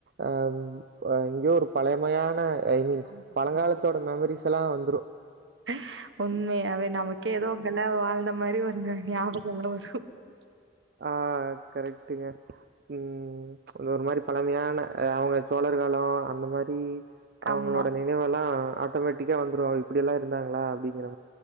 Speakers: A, on the right; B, on the right.
A: அ எங்கேயோ ஒரு பழமையான ஐ மீன்
B: ஆ ஆமா
A: பழங்காலத்தோட மெமரிஸ் எல்லா வந்துரு
B: <unintelligible> உண்மையாவே நமக்கே ஏதோ அங்க வாழ்ந்த மாரி ஒரு ஞாபக எல்லா வரு
A: ஆஹ் கரெக்ட்டுங்க ம் அந்த ஒரு மாரி பழமையான அவங்க சோழர் காலொ அந்த மாரி அவங்களோட
B: ஆமா.
A: நினைவெல்லா ஆட்டோமேட்டிக்கா வந்துரு இப்படியெல்லா இருந்தாங்களா அப்படிங்கிற